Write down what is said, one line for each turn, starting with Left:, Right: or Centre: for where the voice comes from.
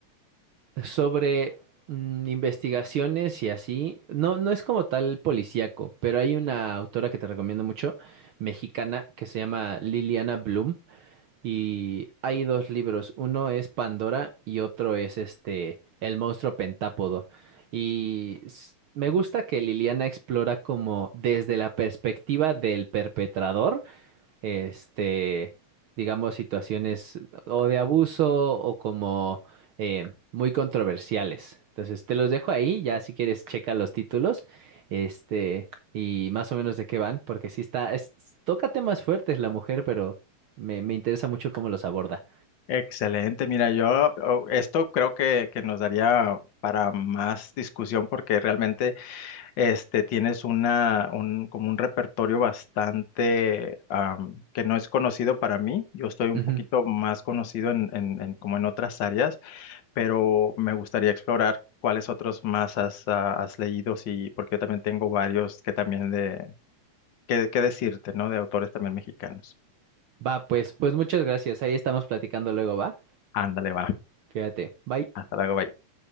Right: sobre mm, investigaciones y así. No, no es como tal policíaco, pero hay una autora que te recomiendo mucho, mexicana, que se llama Liliana Bloom. Y hay dos libros, uno es Pandora y otro es este El monstruo pentápodo. Y s- me gusta que Liliana explora como desde la perspectiva del perpetrador este, digamos, situaciones o de abuso o como eh, muy controversiales. Entonces, te los dejo ahí, ya si quieres checa los títulos, este, y más o menos de qué van, porque sí está, es, toca temas fuertes la mujer, pero me, me interesa mucho cómo los aborda.
Left: Excelente, mira, yo oh, esto creo que, que nos daría para más discusión porque realmente este, tienes una, un, como un repertorio bastante am, que no es conocido para mí. Yo estoy un
Right: Ujú.
Left: poquito más conocido en, en- en- como en otras áreas, pero me gustaría explorar cuáles otros más has, ah, has leído y porque yo también tengo varios que también de, que, que decirte, ¿no? De autores también mexicanos.
Right: Va, pues, pues muchas gracias. Ahí estamos platicando luego, ¿va?
Left: Ándale, va.
Right: Fíjate. Bye.
Left: Hasta luego, bye.